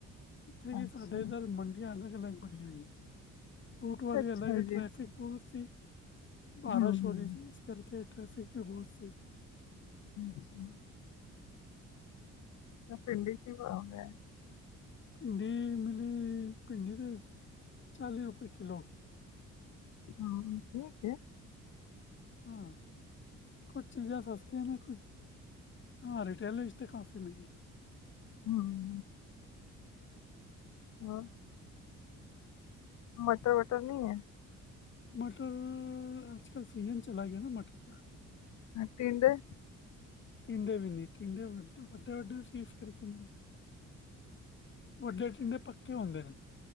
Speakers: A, on the left (about 40°); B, on the left (about 65°).
A: ਇੱਥੇ ਕਿ
B: ਅੱਛਾ
A: ਸਾਡੇ ਇਧਰ ਮੰਡੀਆਂ ਅਲੱਗ-ਅਲੱਗ ਬਣੀਆਂ ਹੋਈਆਂ ਨੇ ਫਰੂਟ ਵਾਲੀ
B: ਅੱਛਾ
A: ਅਲੱਗ ਹੈ।
B: ਜੀ
A: ਟ੍ਰੈਫਿਕ ਬਹੁਤ ਸੀ ਬਾਰਿਸ਼
B: ਹਮ
A: ਹੋ
B: ਹਮ
A: ਰਹੀ ਸੀ ਇਸ ਕਰਕੇ ਟ੍ਰੈਫਿਕ ਵੀ ਬਹੁਤ ਸੀ
B: ਅੱਛਾ ਭਿੰਡੀ ਕੀ <unintelligible>
A: ਭਿੰਡੀ ਮਿਲੀ। ਭਿੰਡੀ ਤੇ ਚਾਲੀ ਰੁਪਏ ਕਿੱਲੋ
B: ਹੂੰ ਠੀਕ ਏ
A: ਹਾਂ ਕੁਛ ਚੀਜ਼ਾਂ ਸਸਤੀਆਂ ਨੇ ਕੁਛ ਹਾਂ ਰਿਟੇਲ ਵਿੱਚ ' ਤੇ ਕਾਫੀ ਮਹਿੰਗੀ
B: ਹਮ ਹੋਰ ਮਟਰ ਵਟਰ ਨਹੀਂ ਹੈ
A: ਮਟਰ ਅੱਜ ਕੱਲ੍ਹ ਸੀਜ਼ਨ ਚਲਾ ਗਿਆ ਨਾ ਮਟਰ ਦਾ
B: ਹ ਟੀੰਡੇ
A: ਟਿੰਡੇ ਵੀ ਨਿ। ਟਿੰਡੇ ਵੱ ਵੱਡੇ ਵੱਡੇ ਸੀ <unintelligible> ਵੱਡੇ ਟੀਂਡੇ ਪੱਕੇ ਹੁੰਦੇ ਨੇ